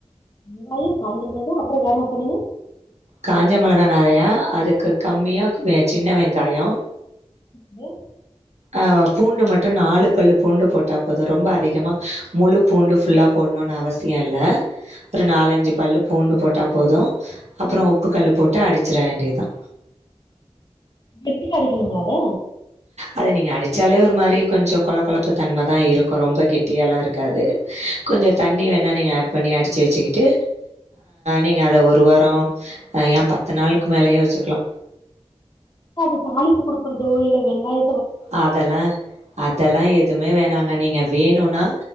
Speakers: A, on the left (about 40°); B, on the right (about 80°).
A: வெங்காயோ காஞ்சமெளகா அப்றோ வேற என்ன சொன்னீங்க
B: காஞ்ச மெளகா நெறையா அதுக்கு கம்மியா வெ சின்ன வெங்காயோ
A: து
B: ஆ பூண்டு மட்டு நாலு பல்லு பூண்டு போட்டா போது ரொம்ப அதிகமா முழு பூண்டு ஃபுல்லா போணுனு அவசியோ இல்ல ஒரு நாலஞ்சு பல்லு பூண்டு போட்டா போது அப்றோ
A: ஆ
B: உப்பு கல்லு போட்டு அடிச்சற வேண்டியதுதா
A: கேட்டியா அடிக்கணுங்கள அத
B: அத நீங்க அடிச்சாலே ஒரு மாரி கொஞ்சோ கொல கொலப்பு தன்மதா இருக்கு ரொம்ப கெட்டியாலா இருக்காது கொஞ்சோ தண்ணி வேணா நீங்க ஆட் பண்ணி அடிச்சு வச்சுக்கிட்டு நீங்க அத ஒரு வாரோ ஏ பத்து நாளுக்கு மேலயே வச்சுக்கலா
A: ஆ அது தாளிப்பு குடுக்குறதோ இல்ல வெங்காய
B: அதெல்லா அதெல்லா எதுவுமே வேணாங்க நீங்க வேணுனா